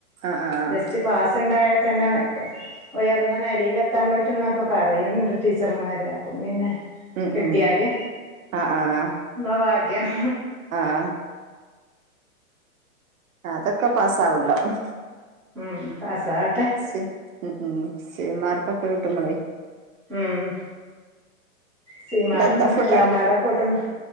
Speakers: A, on the right; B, in the centre.
A: ആഹ് ആഹ്
B: ജസ്റ്റ് പാസ്ണ്ടായാൽ തന്നെ ഇപ്പോ ഉയർന്ന നെലയിലെത്താൻ പറ്റുന്നൊക്കെ പറയൺണ്ട് ടീച്ചർമാര് അപ്പം പിന്നെ
A: ഉം
B: കിട്ടിയാല്
A: ഉം ആഹ് ആഹ്
B: നമ്മളെ ഭാഗ്യം
A: ആഹ് അതൊക്കെ പാസാവ്ണ്ടാവും
B: ഉം പാസാവ
A: സി ഉം ഉം സി മാർക്കൊക്കെ കിട്ടുമ്പളെ
B: ഉം സി മാർക്കും
A: ഇന്നെട്ടെന്താ ഫുഡ്
B: എല്ലാം പാടെ കൂട്ടുമ്പം